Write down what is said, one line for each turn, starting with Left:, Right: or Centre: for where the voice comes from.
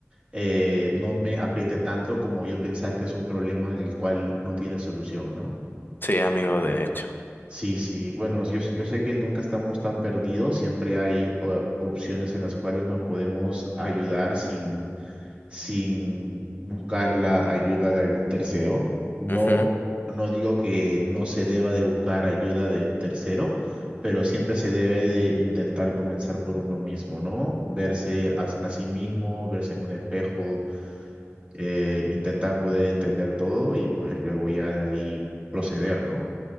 Right: eh, no me afecte tanto como yo pensar que es un problema el cual no tiene solución, ¿no?
Left: Sí, amigo, de hecho.
Right: Sí, sí, bueno, yo, s- yo sé que nunca estamos tan perdidos, siempre hay o- opciones en las cuales nos podemos ayudar sin, sin buscar la ayuda de algún tercero. No,
Left: Ujú,
Right: no digo que no se deba de buscar ayuda de un tercero, pero siempre se debe de intentar comenzar por uno mismo, ¿no? Verse a, s- a sí mismo, verse en un espejo, eh, intentar poder entender todo y pues luego ya de ahí proceder, ¿no?